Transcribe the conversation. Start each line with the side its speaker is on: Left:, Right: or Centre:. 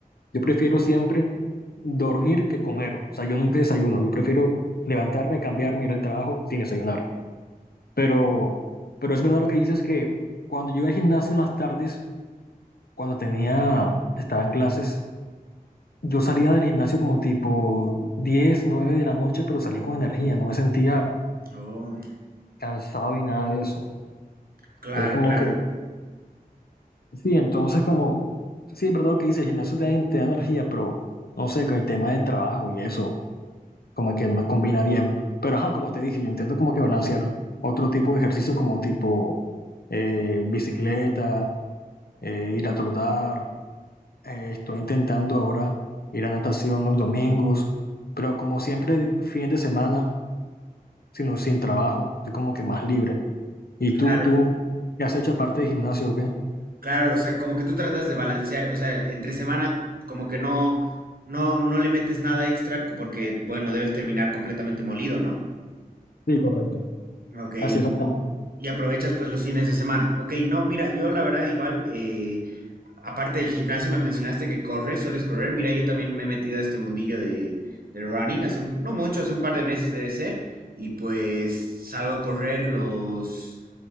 Left: Yo prefiero siempre dormir que comer. O sea, yo nunca desayuno. Yo prefiero levantarme, cambiarme, ir al trabajo sin desayunar. Pero, pero es verdad lo que dices que cuando yo iba al gimnasio en las tardes, cuando tenía, estaba en clases Yo salía del gimnasio como tipo 10 9 de la noche, pero salía con energía, no me sentía
Right: Oh,
Left: cansado y nada de eso.
Right: claro,
Left: Es como
Right: claro,
Left: que, sí, entonces como, sí, es verdad lo que dice, el gimnasio te da, te da energía, pero no sé, con el tema del trabajo y eso, como que no me combina bien. Pero ajá, como te dije, yo intento como que balancear otro tipo de ejercicio como tipo eh, bicicleta, eh, ir a trotar, eh, estoy intentando ahora ir a natación los domingos, pero como siempre, fin de semana. sino sin trabajo, estoy como que más libre. ¿Y
Right: claro,
Left: tú, tú, qué has hecho aparte de gimnasio o qué?
Right: claro, o sea, como que tú tratas de balancear, o sea, entre semana como que no, no, no le metes nada extra porque, bueno, debes terminar completamente molido, ¿no?
Left: Sí, correcto.
Right: Ok,
Left: Así exactamente.
Right: Y aprovechas pues los fines de semana. Ok, no, mira, yo la verdad igual, eh, aparte del gimnasio me mencionaste que corres, sueles correr. Mira, yo también me he metido a este mundillo de, del running, hace un- no mucho, hace un par de meses debe ser. Y pues salgo a correr los,